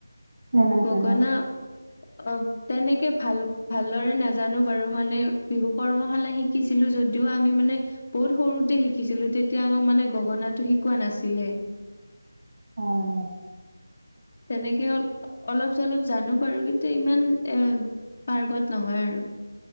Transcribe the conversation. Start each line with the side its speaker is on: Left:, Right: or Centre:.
Right: জানা,
Left: গগনা
Right: জানা।
Left: অ', তেনেকে ভাল-ভালদৰে নাজানো বাৰু মানে বিহু কৰ্মশালা শিক শিকিছিলোঁ যদিও আমি মানে বহুত সৰুতে শিকিছিলোঁ তেতিয়া আমাক মানে গগনাটো শিকোৱা নাছিলে।
Right: অঁহ'।
Left: তেনেকে, অলপ- চলপ জানো বাৰু কিন্তু ইমান এ, পাৰ্গত নহয় আৰু।